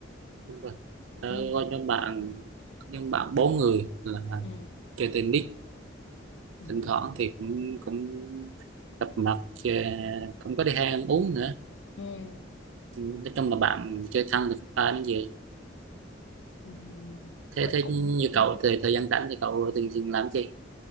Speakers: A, on the right; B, on the left.
A: đúng rồi. tớ
B: ừ.
A: có nhóm bạn nhóm bạn bốn người là
B: ừ
A: chơi tennis
B: ừ
A: thỉnh thoảng thì cũng cũng gặp mặt ờ, cũng có đi hay ăn uống nữa
B: ừ
A: Ừ, nói chung là bạn chơi thân được ba đến giờ
B: ừ.
A: thế
B: vậy
A: thế
B: cũng
A: như
B: ừ.
A: cậu thì thời gian rảnh thì cậu thường thường làm gì